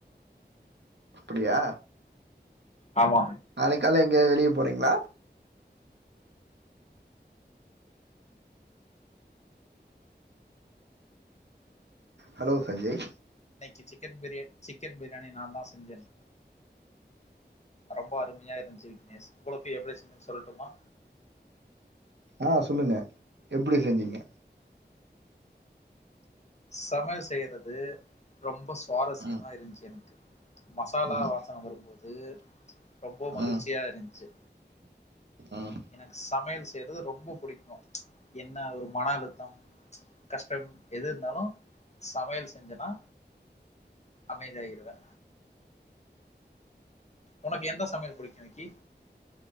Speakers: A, on the right; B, on the left.
A: அப்டியா
B: ஆமா
A: நாளைக்கு கால்ல எங்கயாவது வெளியே போறீங்களா ஹலோ சஞ்சய்
B: இன்னிக்கு சி சிக்கன் பிரியாணி சிக்கன் பிரியாணி நான் தான் செஞ்சேன் ரொம்ப அருமையா இருந்துச்சு விக்னேஷ் உங்களுக்கு எப்டி செஞ்சோன்னு சொல்லுட்டுமா
A: ஆ சொல்லுங்க எப்டி செஞ்சீங்க
B: சமையல் செய்யறது ரொம்ப சுவாரஸ்யமா
A: ம்
B: இருந்துச்சு எனக்கு மசாலா
A: ம்
B: வாசனை வரும்போது ரொம்ப மகிழ்ச்சியா
A: ம்
B: இருந்ச்சு
A: ம்
B: எனக்கு சமையல் செய்யறது ரொம்ப புடிக்கும் என்னா ஒரு மன அழுத்தம் கஷ்டம் எது இருந்தாலும் சமையல் செய்ஞ்சனா அமைதியாயிடுவோ உனக்கு எந்த சமையல் பிடிக்கும் விக்கி